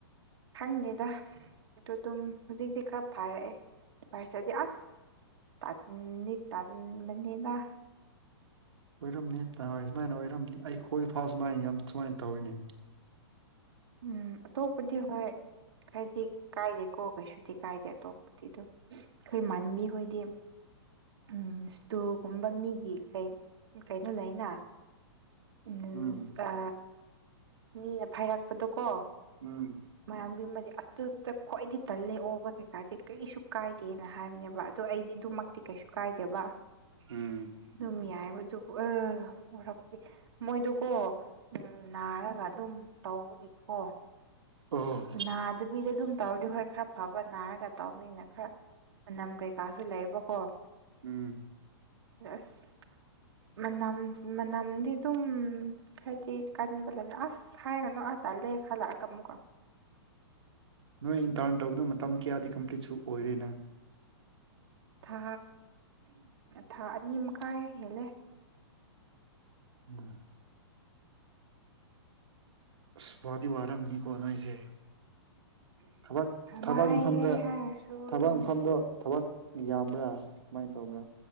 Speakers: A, on the right; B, on the right.
A: ꯈꯪꯗꯦꯗ ꯑꯗꯨꯗꯨꯝ ꯍꯧꯖꯤꯛꯇꯤ ꯈꯔ ꯐꯔꯛꯑꯦ ꯐꯔꯁꯦꯗꯤ ꯑꯁ꯫ ꯇꯟꯅꯤ ꯇꯟꯕꯅꯤꯅ ꯫
B: ꯑꯣꯏꯔꯝꯅꯤ ꯅꯍꯣꯏ ꯁꯨꯃꯥꯏꯅ ꯑꯣꯏꯔꯝꯅꯤ ꯑꯩꯈꯣꯏ ꯐꯥꯎ ꯁꯨꯃꯥꯏꯅ ꯌꯥꯝ ꯁꯨꯃꯥꯏꯅ ꯇꯧꯔꯤꯅꯦ꯫
A: ꯎꯝ ꯑꯇꯣꯞꯄꯗꯤ꯫ ꯍꯣꯏ ꯍꯥꯏꯗꯤ ꯀꯥꯏꯗꯦꯀꯣ ꯀꯩꯁꯨꯗꯤ ꯀꯥꯏꯗꯦ ꯑꯇꯣꯞꯄꯗꯤ ꯑꯗꯨꯝ ꯫ ꯑꯩꯈꯣꯏ ꯃꯥꯟꯕꯤ ꯍꯣꯏꯗꯤ ꯑꯝ ꯁꯇꯨꯜꯒꯨꯝꯕ ꯃꯤꯒꯤ ꯀꯩꯅꯣ ꯂꯩꯅ ꯎꯝꯁ
B: ꯎꯝ
A: ꯀꯥ ꯃꯤꯅ ꯐꯥꯏꯔꯛꯄꯗꯣꯀꯣ꯫
B: ꯎꯝ꯫
A: ꯃꯌꯥꯝꯒꯤꯃ ꯑꯇ ꯈ꯭ꯋꯥꯏꯗꯤ ꯇꯜꯂꯦ ꯑꯣꯕ ꯀꯩꯀꯥꯗꯤ ꯀꯔꯤꯁꯨ ꯀꯥꯏꯗꯦꯅ ꯍꯥꯏꯕꯅꯦꯕ ꯑꯗꯣ ꯑꯩꯗꯤ ꯑꯗꯨꯃꯛꯇꯤ ꯀꯩꯁꯨ ꯀꯥꯏꯗꯦꯕ
B: ꯎꯝ
A: ꯑꯗꯨꯝ ꯌꯥꯏꯕꯗꯨꯕꯨ ꯑ ꯋꯥꯔꯛꯄꯗꯤ ꯃꯣꯏꯗꯨꯀꯣ꯫ ꯎꯝ ꯅꯥꯔꯒ ꯑꯗꯨꯝ ꯇꯧꯕꯒꯤꯀꯣ꯫
B: ꯑꯣ ꯫
A: ꯅꯥꯗꯕꯤꯗ ꯑꯗꯨꯝ ꯇꯧꯔꯗꯤ ꯍꯣꯏ ꯈꯔ ꯐꯕ ꯅꯥꯔꯒ ꯇꯧꯅꯤꯅ ꯈꯔ꯫ ꯃꯅꯝ ꯀꯩꯀꯥꯁꯨ ꯂꯩꯕꯀꯣ꯫
B: ꯎꯝ꯫
A: ꯑꯁ꯫ ꯃꯅꯝ ꯃꯅꯝꯗꯤ ꯗꯨꯝ ꯊꯣꯛꯑꯦ ꯀꯟꯕ ꯂꯩꯕꯅ ꯑꯁ ꯁꯥꯏꯒꯅꯣ ꯑꯥꯇꯜꯂꯦ ꯈꯜꯂꯛꯑꯒ ꯑꯃꯨꯛꯀꯣ
B: ꯅꯣꯏ ꯏꯟ ꯇꯔꯟ ꯇꯧꯕꯗꯨꯣ ꯃꯇꯝ ꯀꯌꯥꯗꯤ ꯀꯝꯄ꯭ꯂꯤꯠ ꯁꯨ ꯑꯣꯏꯔꯦ ꯅꯪ
A: ꯊꯥ ꯊꯥ ꯑꯅꯤ ꯃꯈꯥꯏ ꯍꯦꯜꯂꯦ
B: ꯎꯝ ꯑꯁ ꯋꯥꯗꯤ ꯋꯥꯔꯝꯅꯤꯀꯣ ꯅꯣꯏꯁꯦ ꯊꯕꯛ ꯊꯕꯛꯃꯐꯝꯗ
A: ꯋꯥꯏꯑꯦ ꯍꯥꯏꯔꯁꯨ
B: ꯊꯕꯛꯃꯐꯝꯗꯣ
A: ꯑꯗꯨꯝ
B: ꯊꯕꯛ ꯌꯥꯝꯕ꯭ꯔꯥ ꯀꯃꯥꯏꯅ ꯇꯧꯕ꯭ꯔꯥ